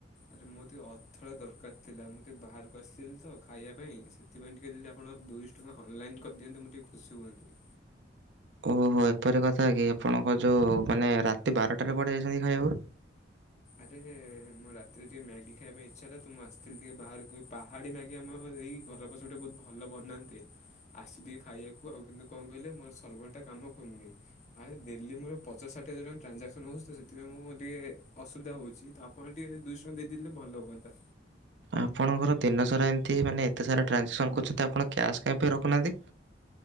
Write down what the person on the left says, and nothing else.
ଆରେ ମୋର ଟିକେ ଅର୍ଥ ଦରକାର ଥିଲା ମୁଁ ଟିକେ ବାହାରକୁ ଆସିଥିଲି ତ ଖାଇବା ପାଇଁ ସେଥିପାଇଁ ଟିକେ ଯି ଆପଣ ଦୁଇଶହ ଟଙ୍କା ଅନଲାଇନ୍ କରିଦିଅନ୍ତେ, ମୁଁ ଟିକେ ଖୁସି ହୁଅନ୍ତି।
ଆଛା ସେ ରାତିରେ ଟିକେ ମ୍ୟାଗି ଖାଇବା ପାଇଁ ଇଚ୍ଛା ହେଲାତ, ମୁଁ ଆସିଥିଲି ଟିକେ ବାହାରକୁ ବି ପା ପାହାଡ଼ି ମ୍ୟାଗି ଆମର ଏଇ ଘର ପଛ ପଟେ ବହୁତ ଭଲ ବନାନ୍ତି, ଆସିଛି ଟିକେ ଖାଇବାକୁ। ଆଉ କିନ୍ତୁ କଣ କହିଲେ? ମୋର ସର୍ଭର୍ ଟା କାମ କରୁନି। ଆରେ ଦିଲ୍ଲୀ ମୋର ପଚାଶ ଷାଠିଏ ହଜାର ଟଙ୍କା ଟ୍ରାଞ୍ଜକ୍ସନ୍ ହେଉଛି ତ ସେଥିପାଇଁ ମୁଁ ଟିକେ ଅସୁବିଧା ହଉଛି ତ ଆପଣ ଟିକେ ଦୁଇଶହ ଦେଇଦେଲେ ଭଲ ହୁଅନ୍ତା